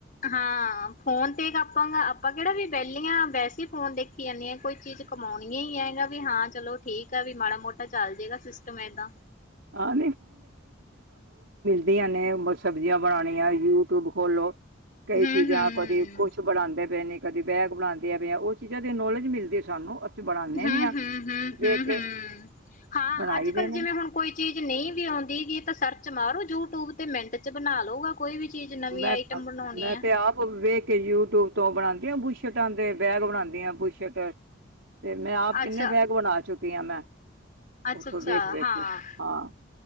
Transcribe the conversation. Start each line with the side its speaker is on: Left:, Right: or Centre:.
Left: ਹਾਂ ਫੋਨ ਤੇ ਆਪਾਂ ਆਪਾਂ ਕਿਹੜਾ ਵੀ ਵਹਲੀਆਂ ਵੈਸੇ ਹੀ ਫੋਨ ਦੇਖੀ ਜਾਂਦੀ ਹੈ ਕੋਈ ਚੀਜ਼ ਕਮਾਣੀ ਹੀ ਆਗਾ ਵੀ ਹਾਂ ਚਲੋ ਠੀਕ ਆ ਵੀ ਮਾੜਾ ਮੋਟਾ ਚੱਲ ਜਾੇਗਾ ਸਿਸਟਮ ਏਦਾਂ
Right: ਹਾਂ ਧਆ ਨੇ ਸਬਜ਼ੀਆਂ ਬਣਾਉਣੀਆਂ ਯੂਟਿਊਬ ਖੋਲੋ ਕਈ
Left: ਹੂੰ
Right: ਚੀਜ਼ਾਂ
Left: ਹੂੰ
Right: ਕਦੀ ਕੁਛ ਬਣਾਉਂਦੇ ਪਏ ਨੇ ਕਦੇ ਬੈਗ ਬਣਾਉਂਦੇ ਆ ਪ ਜਾਂ ਉਹ ਚੀਜ਼ਾਂ ਦੇ ਨੌਲੇਜ ਮਿਲਦੇ ਸਾਨੂੰ ਅਸੀਂ ਬਣਾਉਂਦੇ
Left: ਹਮ
Right: ਵੀ
Left: ਹਾਂ ਹਾਂ
Right: ਵੇਖ
Left: ਹਾਂ
Right: ਕੇ
Left: ਹਮ ਹਾਂ
Right: ਬਣਾਈ
Left: ਅੱਜ
Right: ਦੇ
Left: ਕੱਲ੍ਹ
Right: ਨੇ
Left: ਜਿਵੇਂ ਹੁਣ ਕੋਈ ਚੀਜ਼ ਨਹੀਂ ਵੀ ਆਉਂਦੀ ਤਾਂ ਸਰਚ ਮਾਰੋ ਯੂਟਿਊਬ ਤੇ ਮਿੰਟ ਚ ਬਣਾ ਲੂਗਾ ਕੋਈ ਵੀ ਚੀਜ਼ ਨਵੀਂ
Right: ਮੈਂ
Left: ਆਈਟਮ ਬਣਾਉਣੀ
Right: ਮੈਂ
Left: ਆ
Right: ਤੇ ਆਪ ਵੇਖ ਕੇ ਯੂਟਊਬ ਤੋ ਬਣਾਉਦੀਆਂ ਬੂਸ਼ਟਾਂ ਦੇ ਬੈਗ ਬਣਾਉਂਦੀਆਂ ਬੂਸ਼ਟ ਤੇ ਮੈਂ ਆਪ
Left: ਅੱਛਾ
Right: ਕਿੰਨੇ ਬੈਗ ਬਣਾ ਚੁੱਕ ਤੀਆਂ ਮੈਂ
Left: ਅੱਛਾ
Right: ਉੱਥੋਂ
Left: ਅੱਛਾ
Right: ਵੇਖ ਵੇਖ
Left: ਹਾਂ
Right: ਕੇ ਹਾਂ